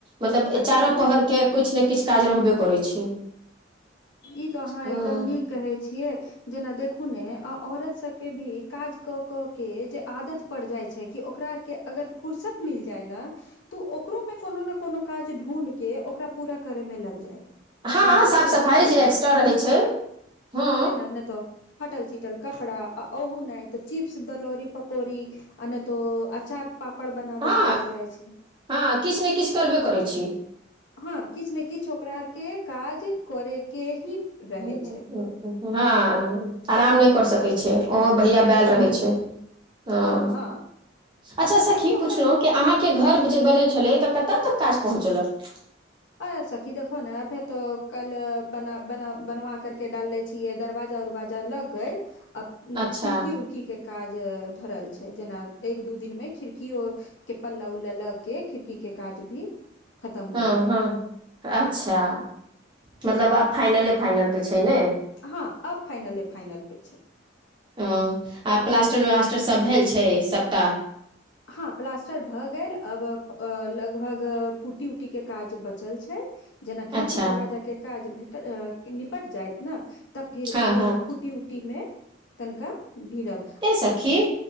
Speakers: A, on the right; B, on the left.
A: मतलब
B: आ
A: चारो
B: देखू ने
A: पहर
B: सखी
A: के किछु न किछु काज रहबे करै छै
B: ई तऽ अहाँ
A: ह
B: एकदम नीक कहै छियै जेना देखू नऽ आ औरत सबके भी काज कऽ कऽ के जे आदत पड़ि जाइ छै कि ओकरा आरके अगर फुुरसत मिल जाइ न तऽ ओकरोमे कोनो ने कोनो काज ढूढ के ओकरा पूरा करयमे लग जायत
A: हँ
B: जेना
A: साफ
B: फटल
A: सफाई
B: चिटल
A: जे एक्स्ट्रा रहै छै हँ
B: नय त फाटल चिटल कपड़ा आ ओहु न तऽ चिप्स दलौरी पकौड़ी आ नहि तो अचार पापड़ बनाबे
A: हँ
B: मे लग जाइ छै
A: हँ किछु ने किछु करबे करै छी
B: हँ किछ ने किछ‌ ओकरा के आर के काज करेके ही रहे
A: हँ
B: छै
A: आराम नहि कर सकै छै ओहो भैया बैल रहै छै ह
B: हँ हँ
A: अच्छा
B: काहेकि
A: सखी
B: ओकरा
A: पुछलहुँ कि अहाँके
B: हँ
A: घर
B: हँ
A: जे बनै छलै तऽ कत कत तक काज पहुँचलक
B: अ सखी देखो ने अभे तो कल बनाना बनवा कर के डाल ले छि दरवाजा उरवाजा लग गेल अ
A: अच्छा
B: खिड़की उड़की के काज धरल छै जेना एक दू दिनमे खिड़कीओ के पल्ला उल्ला लऽ के खिड़की के काज भी खतम
A: हँ
B: भ जाय
A: हँ अच्छा मतलब आ फाइनले फाइनल पे छै ने
B: हँ अब फाइनले फाइनल प छै
A: ओ आ प्लास्टर उलास्टर सब भेल छै सबटा
B: हँ प्लास्टर भऽ गेल अब अ लगभग पुटी उटी के काज बचल छै जेना खिड़की
A: अच्छा
B: दरवाजाके काज भेटल निपट जाइत न तब फेर ओ
A: हँ हँ
B: पुटी उटी मे तनिका भीड़ब
A: ए सखी